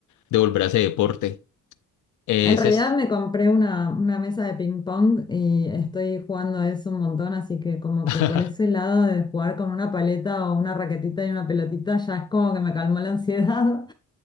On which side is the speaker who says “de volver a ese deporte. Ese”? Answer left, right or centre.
Left